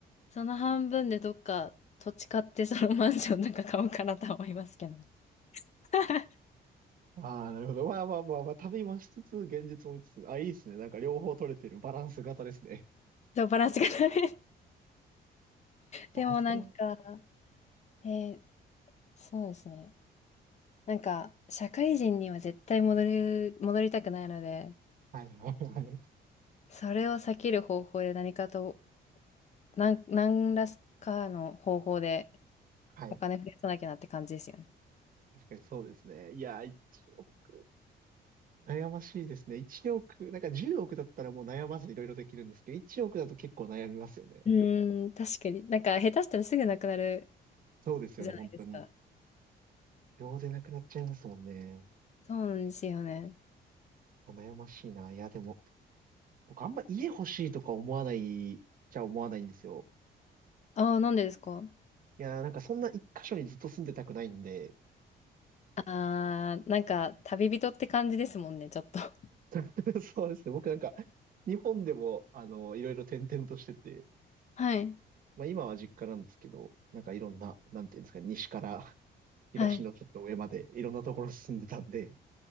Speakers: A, on the left (about 40°); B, on the right (about 50°).
A: その半分でどっか土地買ってそのマンションなんか買おうかなとは思いますけどね。<laughs>
B: ああ、なるほど。まあまあまあまあ、旅もしつつ、現実も見つつ、あ、いいですね。なんか両方取れてるバランス型ですね。
A: そう、バランスがダメ。
B: ああ、
A: でもなんか、
B: そう
A: えーそうですね。なんか、社会人には絶対戻る、戻りたくないので、
B: はい、はい、<laughs> はい。
A: それを避ける方法で何かと、なん、何らかの方法で
B: はい
A: お金増やさなきゃなって感じですよね。
B: 確かにそうですね。いや、一億、悩ましいですね。1億、なんか10億だったらもう悩まずいろいろできるんですけど、1億だと結構悩みますよね。
A: うーん、確かに。なんか、下手したらすぐなくなる
B: そうですよね、
A: じゃないですか。
B: 本当に。秒でなくなっちゃいますもんね。
A: そうなんですよね。
B: いや悩ましいな。いや、でも、僕あんま家欲しいとか思わないじゃ思わないんですよ。
A: ああ、なんでですか
B: いや、なんかそんな一箇所にずっと住んでたくないんで、
A: ああー、なんか、旅人って感じですもんね、ちょっと。<laughs>
B: <laughs> そうですね。僕なんか、日本でも、あの、いろいろ転々としてて、
A: はい。
B: まあ今は実家なんですけど、なんかいろんな、なんていうんですかね、西から東のちょっと上までいろんなところ進んでたんで、
A: はい。